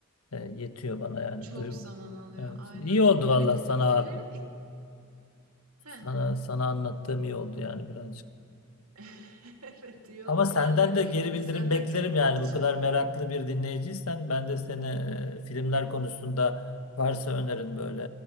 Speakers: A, on the left; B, on the right.
A: E, yetiyor bana yani.
B: Çok
A: Duy
B: zaman alıyor
A: evet.
B: aynen.
A: İyi oldu vallahi
B: Ya bir de
A: sana
B: dizilerin ilk... Heh.
A: sana sana anlattığım iyi oldu yani birazcık.
B: <laughs> Evet iyi
A: Ama
B: oldu.
A: senden
B: Ben de
A: de geri
B: izlemediğim
A: bildirim beklerim yani
B: için.
A: bu kadar meraklı bir dinleyiciysen ben de seni e, filmler konusunda varsa önerin böyle